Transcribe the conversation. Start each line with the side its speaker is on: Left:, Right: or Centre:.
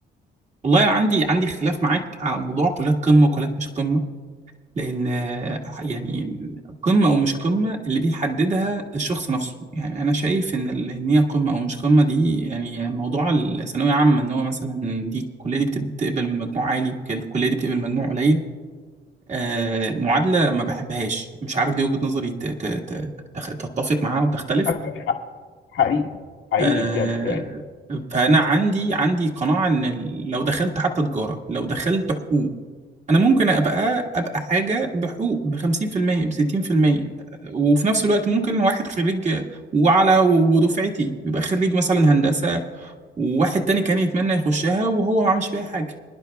Right: والله أنا عندي عندي اختلاف معاك على موضوع كليات قمة وكليات مش قمة لأن آه، يعني قمة أو مش قمة اللي بيحددها الشخص نفسه يعني أنا شايف إن ال- إن هي قمة أو مش قمة دي يعني موضوع الثانوية عامة إن هو مثلا دي الكلية دي بتقبل من مجموع عالي الكلية دي بتقبل مجموع قليل آه، معادلة ما بحبهاش مش عارف دي وجهة نظري ت- ت- ت- تخ- تتفق معاها وتختلف
Left: عندك حق حقيقي حقيقي
Right: آه،
Left: بجد يعني
Right: فأنا عندي عندي قناعة إن ال- لو دخلت حتى تجارة لو دخلت حقوق أنا ممكن أبقى أبقى حاجة بحقوق ب 50% ب 60% وفي نفس الوقت ممكن واحد خريج وعلى ودفعتي بيبقى خريج مثلا هندسة وواحد تاني كان يتمنى يخشها وهو ما عملش بيها حاجة